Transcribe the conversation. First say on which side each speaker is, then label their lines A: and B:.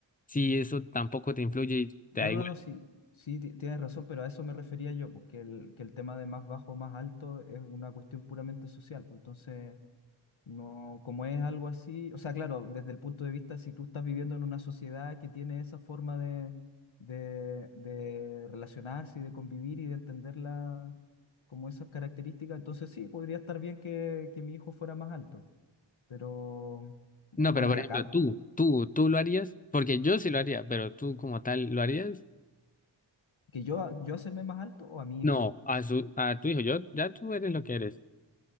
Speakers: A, on the left (about 15°); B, on the left (about 75°).
A: si eso tampoco te influye y
B: No,
A: te da igual.
B: no, no, sí, sí, ti- tienes razón, pero a eso me refería yo, porque el, que el tema de más bajo o más alto es una cuestión puramente social. Pues entonces. No, como es algo así, o sea, claro, desde el punto de vista, si tú estás viviendo en una sociedad que tiene esa forma de, de, de relacionarse y de convivir y de entenderla como esas características, entonces sí, podría estar bien que, que mi hijo fuera más alto. Pero
A: No,
B: bueno,
A: pero por
B: y acá,
A: ejemplo, tú, tú, tú lo harías, porque yo sí lo haría, pero tú como tal, ¿lo harías?
B: que yo, yo hacerme más alto o a mi
A: No,
B: hijo.
A: a su, a tu hijo, yo, ya tú eres lo que eres.